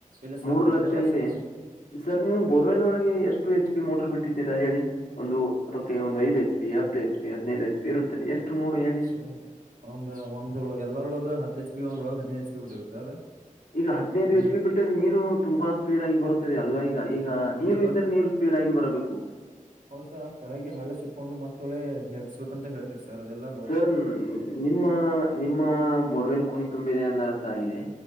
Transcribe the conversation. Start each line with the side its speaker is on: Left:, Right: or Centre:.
Right: ಇಲ್ಲ ಸರ್
Left: ಮೂರು ಲಕ್ಷ
Right: ಮೂರ್
Left: ಹಿಂದೆ
Right: ಬಂದಿದೆ
Left: ಸರ್ ನೀವು ಬೋರ್ವೆಲ್ ಒಳಗೆ ಎಷ್ಟು ಎಚ್ ಪಿ ಮೋಟರ್ ಬಿಟ್ಟಿದ್ದೀರಾ ಹೇಳಿ ಒಂದು ಅದಕ್ಕೆ ಒಂದು ಐದು ಹೆಚ್. ಬಿ ಹತ್ತು ಎಚ್ ಪಿ ಹದಿನೈದು ಹೆಚ್ಚು ಇರುತ್ತದೆ ಎಷ್ಟು. ನೋಡು ಹೇಳಿ
Right: ಸರಿ ಒಂದ್ರ ಒಂದ್ರೊಳಗೆ ಎಲ್ಲರೊಳಗ ಹತ್ತು ಹೆಚ್ ಪಿ ಒಂದ್ರೊಳಗೆ ನೈನ್ ಹೆಚ್ ಪಿ ಬಿಟ್ಬೇಕು ಸರ್
Left: ಈಗ ಹದಿನೈದು
Right: ಅಂದ್ರ
Left: ಎಚ್ ಪಿ ಬಿಟ್ಟರೆ ನೀರು ತುಂಬಾ ಸ್ಪೀಡ್ ಆಗಿ ಬರುತ್ತದೆ ಹಲ್ವ. ಈಗ ಈಗ ನೀರು
Right: ಅದೇ
Left: ಇದ್ರೆ ನೀರು ಸ್ಪೀಡ್ ಆಗಿ ಬರಬೇಕು.
Right: ಹೌದ ಸರ್ ಆ ಕೆಳಗೆ ಹಳ್ಳ ಸಿಕ್ಕೊಂಡು ಮತ್ತೊಳೆ ತೆಗಿಸ್ಬೇಕು ಅಂತ ಹ ಹೇಳಳ್ತಿರಿ ಸರ್ ಅದೆಲ್ಲ.
Left: ಸರ್ ನಿಮ್ಮ ನಿಮ್ಮ ಬೋರ್ವೆಲ್ ಕುಣತ್. ತುಂಬಿದೆ ಎಂದರ್ಥ ಆಗಿದೆ